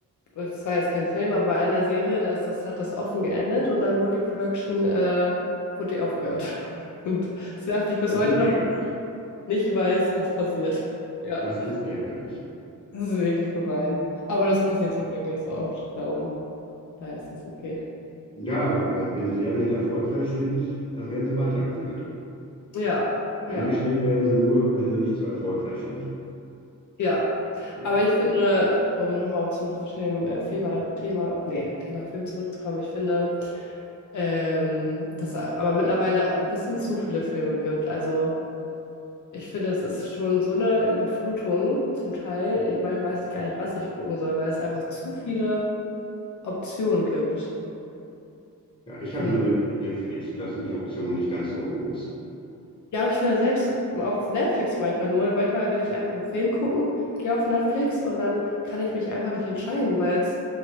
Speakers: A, on the left; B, on the left.
A: es war jetzt kein Film, aber bei einer Serie, da ist das, hat das offen geendet und dann wurde die Production, äh, wurde die aufgehört. <laughs> Und es nervt mich bis
B: Das
A: heute
B: ist
A: noch,
B: ärgerlich.
A: dass ich nicht weiß, was passiert. Ja.
B: Das ist ärgerlich.
A: Das ist wirklich gemein. Aber das passiert zum Glück nicht so oft. Darum, daher ist das okay.
B: Ja, äh, wenn, wenn Serien erfolgreich sind, dann werden sie weitergeführt.
A: Ja,
B: Eingestellt
A: ja,
B: werden sie nur, wenn sie nicht so erfolgreich sind.
A: ja.
B: Ja,
A: Aber ich finde, um nochmal zum Film, äh, Thema, Thema, nee, Thema Film zurückzukommen, ich finde, ähm, dass es aber mittlerweile ein bisschen zu viele Filme gibt. Also ich finde, es ist schon so eine Überflutung zum Teil. Ich meine, weiß ich gar nicht, was ich gucken soll, weil es einfach zu viele Optionen gibt.
B: ja ich
A: Finde
B: habe nur
A: ich
B: Net Netflix, da sind die Optionen nicht ganz so groß.
A: Ja, aber ich finde selbst auf Netflix manchmal nur, manchmal will ich einfach einen Film gucken, gehe auf Netflix und dann kann ich mich einfach nicht entscheiden, weil es